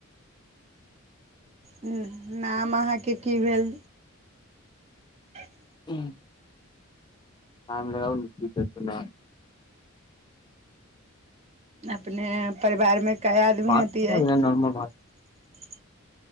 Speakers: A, on the right; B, on the left.
A: हुँ नाम अहाँके की भेल। ह। <inaudible>
B: हुँ हमारा आओर कें सुनाउ।
A: अपने परिवारमे। कए आदमी
B: बात
A: हतियै।
B: करू
A: ह।
B: ने नॉर्मल बात।
A: <inaudible>